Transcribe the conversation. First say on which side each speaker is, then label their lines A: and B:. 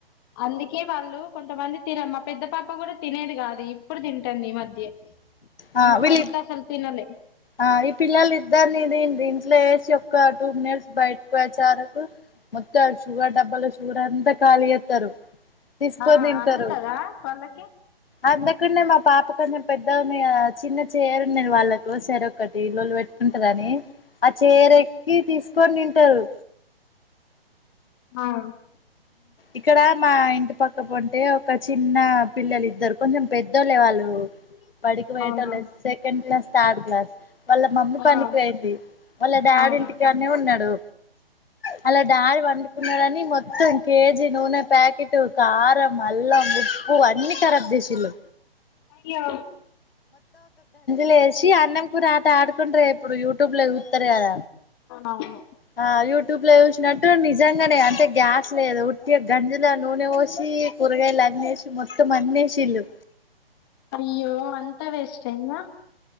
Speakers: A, on the left; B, on the left.
A: అందుక్ కి వాళ్ళు కొంతమంది తిరం మా పెద్ద పాప కూడా తినేది గాదు ఇప్పుడు తింటంది ఈ మధ్ ద్యె
B: ఆ
A: అమె
B: వీళ్ళి
A: ఫస్ట్ లో అసలు తినలే
B: ఆ ఈ పిల్లలు ఇద్దరిన్ <unintelligible> ట్ల చేసి ఒక్క టూ మినిట్స్ బైటికివోయి వచ్చే వరకు మొత్తం షుగర్ డబ్బాలో షుగర్ అంతా ఖాళీ చేేత్తరు తీసుకొని
A: ఆ
B: తింటారు
A: అందుతదా వాళ్ళకి
B: అంతకుడనే మా పాప కొ పెద్దగాన్నా చిన్న చేరు ఉన్నాను వాళ్ళకి కో చేరొకటి ఇల్లులు పెట్టుకుంటదని ఆ చీరెక్కి తీస్ కొని తింటారు
A: ఆ
B: ఇక్కడ మా ఇంటి పక్క ప ఉంటే ఒక చిన్న పిల్లలు ఇద్దరు కొంచెం పెద్దోళ్ళ వాళ్ళు పడికి పోయటం
A: అవునా
B: లేదు సెకండ్ క్లాస్ థర్డ్ క్లాస్ వాళ్ళ మమ్మీ
A: ఆ
B: పనికి పోయింది వాళ్ళ డాడీ
A: అవునా
B: ఇంటికానే ఉన్నాడు వాళ్ళ డాడీ పండుకున్నడని మొత్తం కేజీ నూనె ప్యాకెట్ కారం అల్లం ఉప్పు అన్ని రబ్ దసలు
A: అయ్యో
B: లేస్ చ్చి అన్నం కూరి ఆట ఆడుకుంట్ర ఇప్పుడు యూట్యూబ్ లో చూతారు కద
A: అవునవును
B: ఆ యూట్యూ ట్యూబ్ లో చూసినట్టు నిజంగానే అంటే గ్యాస్ లేదు ఉట్టి గంజలో నూనె పోసి కూరగాయలు అన్నేసి మొత్తం అన్నసిల్లు
A: అయ్యో అంతా వేస్ట్ అయ్యిందా